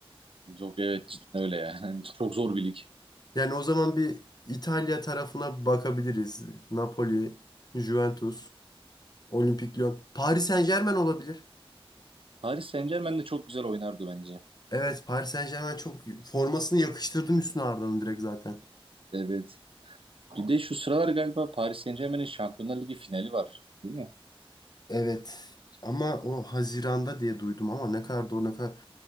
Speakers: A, on the right (about 65°); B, on the left (about 45°).
A: yok evet cidden öyle yani. <laughs> Çok zor bir lig.
B: Yani o zaman bir İtalya tarafına bakabiliriz. Napoli, Juventus, Olimpik Lyon. Paris Saint-Germain olabilir.
A: Paris Saint-Germain de çok güzel oynardı bence.
B: Evet, Paris Saint-Germain çok formasını yakıştırdım üstüne Arda'nın direkt zaten.
A: Evet. Bir de şu sıralar galiba Paris Saint-Germain'in Şampiyonlar Ligi finali var. Değil mi?
B: Evet. Ama o Haziran'da diye duydum ama ne kadar doğru ne kadar